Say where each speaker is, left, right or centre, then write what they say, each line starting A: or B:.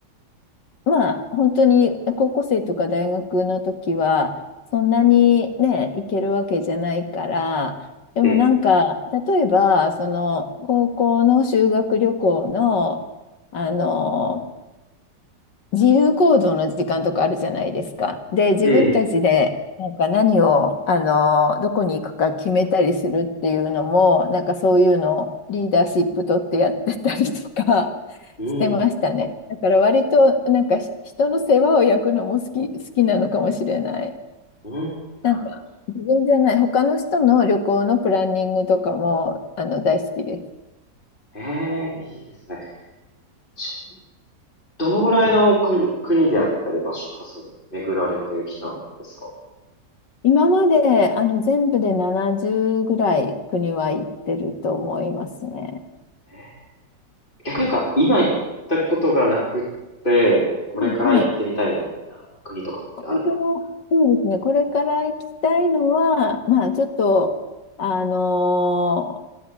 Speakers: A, on the left; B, on the left.
A: まあ、本当に高校生とか大学の時は、そんなにね、行けるわけじゃないから、でもなんか、
B: え
A: 例えば、その、高校の修学旅行の、あの、自由行動の時間とかあるじゃないですか。で、自分たちでなんか何を、
B: えええ
A: あの、どこに行くか決めたりするっていうのも、なんかそういうのをリーダーシップ取ってやってたりとか <laughs>
B: うん。
A: してましたね。だから割となんかひ人の世話を焼くのも好き、好きなのかもしれない。
B: うん、なるほど。
A: なんか自分じゃない、他の人の旅行のプランニングとかもあの大好きです。
B: ええ、いいですね。ちどのぐらいの国、国であったり場所とかそういうの巡られてきたんですか
A: 今まであの全部で70ぐらい国は行ってると思いますね。
B: ええ逆になんか今行ったことがなくって、これから行ってみたいみたいな国とかってあるんですか
A: もうはい。これから、そうですね。これから行きたいのは、まあちょっと、あのー